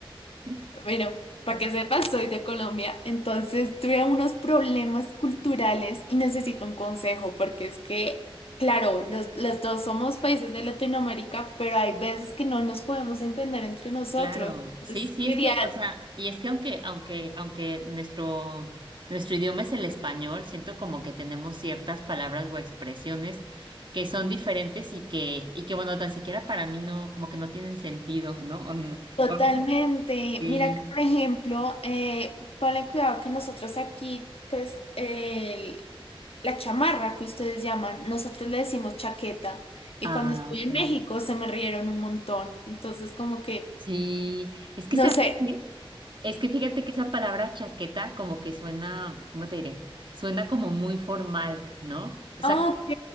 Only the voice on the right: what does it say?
<laughs>
Es-
Claro,
sí, sí,
es que, o sea, y es que aunque, aunque, aunque nuestro, nuestro idioma es el español, siento como que tenemos ciertas palabras o expresiones que son diferentes y que, y que bueno, tan siquiera para mí no, como que no tienen sentido, ¿no? O, no-
o a veces sí.
Ah,
ok.
Sí, es que, ¿sabes
qué? Es que fíjate que esa palabra chaqueta como que suena, ¿cómo te diré? Suena como muy formal, ¿no? O
sea,